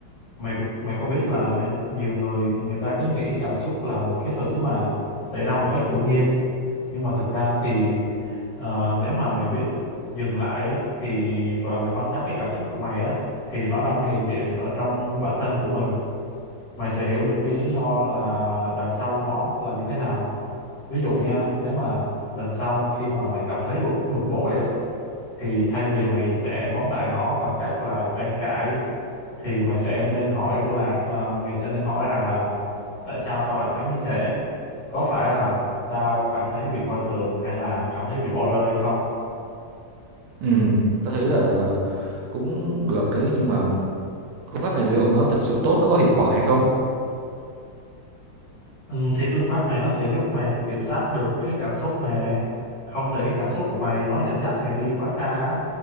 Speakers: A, on the left; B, on the right.
A: mày mày có biết là nên nhiều người người ta cứ nghĩ cảm xúc là một cái thứ mà xảy ra một cách ngẫu nhiên nhưng mà thực ra thì ờ, nếu mà mày biết dừng lại á, thì và mày quan sát cái cảm xúc của mày á thì nó đang hiện diện ở trong bản thân của mình mày sẽ hiểu được cái lý do là đằng sau nó là như thế nào ví dụ nha nếu mà lần sau khi mà mày cảm thấy bực, bực bội á thì thay vì mày sẽ phóng đại nó bằng cách là tranh cãi thì mày sẽ nên hỏi là à, mày sẽ nên hỏi rằng là tại sao tao lại thấy như thế có phải là tao cảm thấy bị coi thường hay là cảm thấy bị bỏ rơi hay không
B: ừ tao thấy là là cũng được đấy nhưng mà phương pháp này liệu nó thật sự tốt nó có hiệu quả hay không
A: ừ, thì phương pháp này nó sẽ giúp mày kiểm soát được cái cảm xúc nè không để cái cảm xúc của mày nó dẫn dắt mày đi quá xa á.